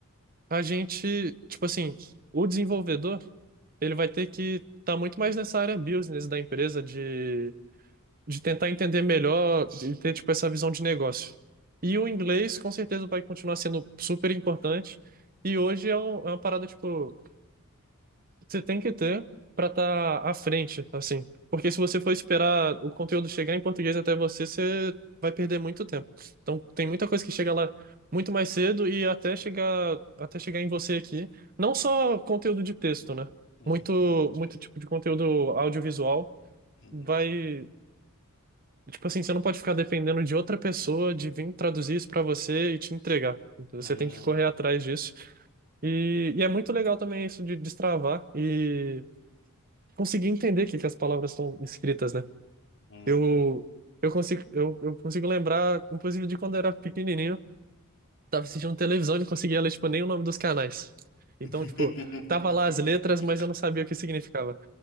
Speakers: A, on the right; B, on the left.
A: a gente, tipo assim, o desenvolvedor, ele vai ter que estar muito mais nessa área business da empresa, de de tentar entender melhor e ter, tipo, essa visão de negócio. E o inglês, com certeza, vai continuar sendo super importante. E hoje é, um- é uma parada, tipo, que você tem que ter para estar à frente, assim. Porque se você for esperar o conteúdo chegar em português até você, você vai perder muito tempo. Então, tem muita coisa que chega lá muito mais cedo e até chegar, até chegar em você aqui. Não só conteúdo de texto, né?
B: Uhum.
A: Muito, muito tipo de conteúdo audiovisual
B: Hum,
A: vai. Tipo assim, você não pode ficar dependendo de outra pessoa de vir traduzir isso pra você e te entregar. Então,
B: hum,
A: você tem que correr atrás disso. E, e é muito legal também isso de destravar e conseguir entender o que, que as palavras estão escritas, né?
B: hum.
A: Eu, eu consigo, eu, eu consigo lembrar, inclusive, de quando eu era pequenininho tava assistindo televisão e não conseguia ler, tipo, nem o nome dos canais. Então,
B: <laughs>
A: tipo, tava lá as letras, mas eu não sabia o que significava.